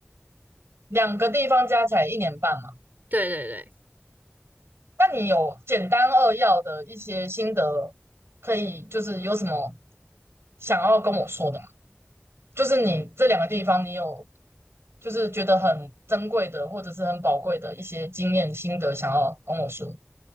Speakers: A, on the right; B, on the right.
A: 两个地方加起来一年半嘛？
B: 对对对。
A: 那你有简单扼要的一些心得，可以就是有什么想要跟我说的吗？就是你这两个地方，你有就是觉得很珍贵的，或者是很宝贵的一些经验心得，想要跟我说。